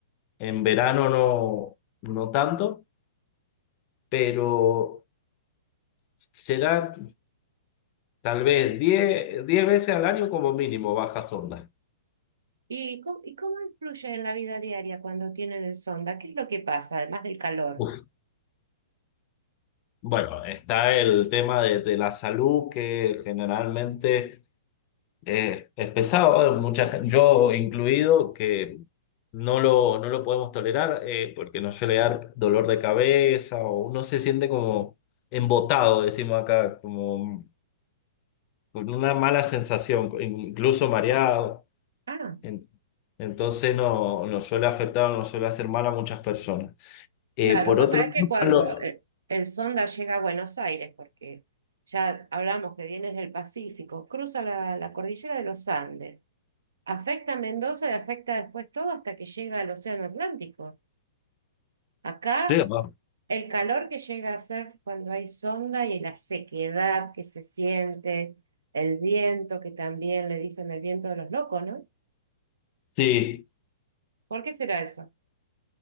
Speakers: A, on the left; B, on the right.
A: En verano no, no tanto, pero será tal vez diez diez veces al año como mínimo bajas ondas.
B: ¿Y cómo, y cómo influye en la vida diaria cuando tienen el Sonda? ¿Qué es lo que pasa, además del calor?
A: Uf, Bueno, está el tema de, de la salud que generalmente eh, es pesado, eh, mucha, gen- yo incluido, que no lo, no lo podemos tolerar eh, porque nos suele dar dolor de cabeza o uno se siente como embotado, decimos acá, como con una mala sensación, incluso mareado.
B: Ah,
A: En- Entonces no, no suele afectar, no suele hacer mal a muchas personas. Eh,
B: claro.
A: por
B: Vos
A: otro
B: sabés
A: lado,
B: que cuando
A: <laughs> lo-
B: eh, el Sonda llega a Buenos Aires, porque ya hablamos que viene del Pacífico, cruza la, la cordillera de los Andes, afecta a Mendoza y afecta después todo hasta que llega al Océano Atlántico. Acá
A: sí, ah,
B: el calor que llega a ser cuando hay sonda y la sequedad que se siente, el viento que también le dicen el viento de los locos, ¿no?
A: sí,
B: ¿Por qué será eso?